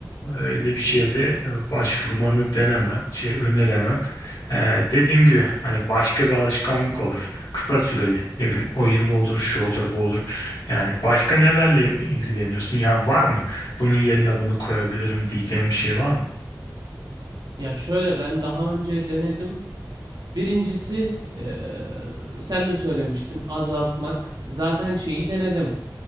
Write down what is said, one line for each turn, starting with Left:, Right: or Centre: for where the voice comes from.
Left: Öyle bir şeyde e, başvurmanı denemem, şey öneremem. E, dediğim gibi hani başka bir alışkanlık olur. Kısa süreli ne bileyim oyun olur, şu olur, bu olur. Yani başka nelerle ilgileniyorsun? Yani var mı? Bunun yerine bunu koyabilirim diyeceğim bir şey var mı?
Right: Ya şöyle ben daha önce denedim. Birincisi eee, sen de söylemiştin azaltmak. Zaten şeyi denedim.